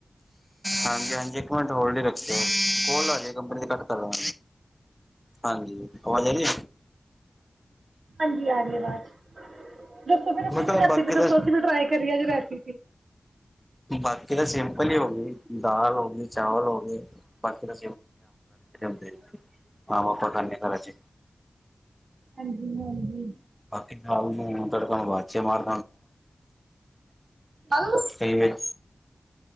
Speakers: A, in the centre; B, on the right.
A: ਹਾਂਜੀ ਹਾਂਜੀ ਇੱਕ ਮਿੰਟ ਹੋਲਡ ਹੀ ਰੱਖਦੇ ਹੋਲੇ ਕੰਪਨੀ ਤੇ ਘੱਟ ਕਰ ਲਵ ਹਾਂਜੀ ਆਵਾਜ਼ ਆੀ
B: ਹਾਂਜੀ ਆ ਰਹੀ ਆਵਾਜ਼ ਦੱਸੋ ਮੇ ਆਪ
A: ਮੈਂ
B: ਵੀ
A: ਕਿਹਾ
B: ਰੈਸਪਈ
A: ਬਾਕੀ
B: ਦੱਸੋ
A: ਤਾਂ
B: ਅਸੀਂ ਟਰਾਈ ਕਰੀਏ ਹਕ
A: ਬਾਕੀ ਤਾਂ ਸਿੰਪਲ ਹੀ ਹੋ ਗਈ ਦਾਲ ਹੋ ਗਈ ਚਾਵਲ ਹੋ ਗਏ ਬਾਕੀ ਤਾਂ <inaudible> ਮਾਂ ਬਾਪਾ ਕਰਨੇ ਕਰਾਂ ਚ
B: ਹਾਂਜੀ ਹਾਂਜੀ
A: ਬਾਕੀ ਮਟੜ ਬਾਚ ਮਾਰ
B: ਹਲੋ
A: ਕਹੀ ਵ